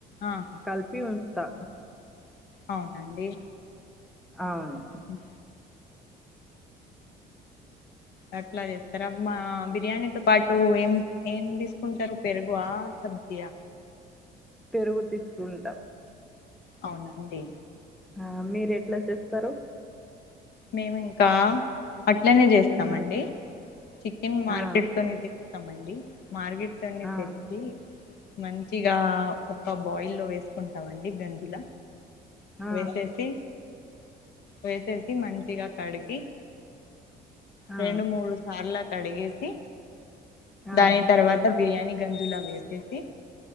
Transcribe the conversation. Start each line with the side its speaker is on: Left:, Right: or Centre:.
Left: ఆహా
Centre: కలిపి ఉంచుతా
Left: అవునండి
Centre: అవును
Left: ఉహు. అట్లా చేస్తారు అ మా బిర్యానీతోో పాటు ఏం ఏం తీసుకుంటారు పెరుగుఆ శబ్దియ
Centre: పెరుగు తీసుకుంటాం
Left: అవునండి
Centre: ఆ మీరు ఎట్లా చేస్తారు
Left: మేము ఇంకా అట్లనే జేస్తామండి
Centre: ఆ!
Left: చికెన్ మార్కెట్
Centre: ఆ!
Left: లోనే తెస్తామండి మార్కెట్ లోని
Centre: ఆ!
Left: తెచ్చి మంచిగా ఒక బాయిల్ లో వేసుకుంటామండి గంజుల
Centre: ఆ! ఆ!
Left: వేసేసి వేసేసి మంచిగా కడిగి
Centre: ఆ! ఆ!
Left: రెండు మూడు సార్ల కడిగేసి
Centre: ఆ!
Left: దాని తర్వాత బిర్యానీ గా గంజుల వేసేసి